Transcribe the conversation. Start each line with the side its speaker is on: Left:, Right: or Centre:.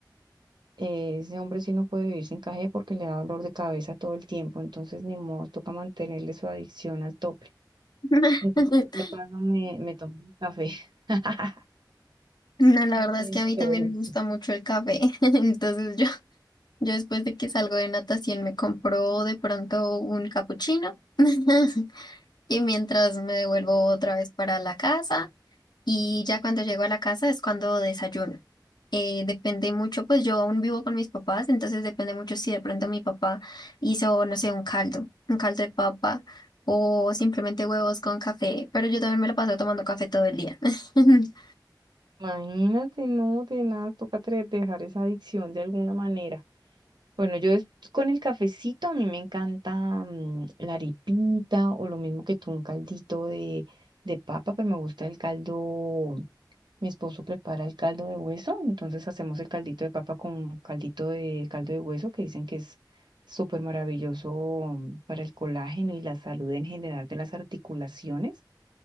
Right: Eh, ese hombre sí no puede vivir sin café porque le da dolor de cabeza todo el tiempo, entonces ni modo, toca mantenerle su adicción al tope.
Left: <laughs>
Right: Entonces, de paso me, me tomo un café. <laughs>
Left: No, la verdad
Right: Entonces,
Left: es que a mí también me gusta mucho el café. <laughs> Entonces yo, yo después de que salgo de natación me compro de pronto un capuchino <laughs> Y mientras me devuelvo otra vez para la casa y ya cuando llego a la casa es cuando desayuno. Eh, depende mucho, pues yo aún vivo con mis papás, entonces depende mucho si de pronto mi papá hizo, no sé, un caldo, un caldo de papa o simplemente huevos con café, pero yo también me lo paso tomando café todo el día. <laughs>
Right: imagínate, no, de nada, toca tra- dejar esa adicción de alguna manera. Bueno, yo es con el cafecito a mí me encanta mm, la arepita o lo mismo que tú, un caldito de, de papa, pero me gusta el caldo, mi esposo prepara el caldo de hueso, entonces hacemos el caldito de papa con caldito de caldo de hueso que dicen que es súper maravilloso mm, para el colágeno y la salud en general de las articulaciones.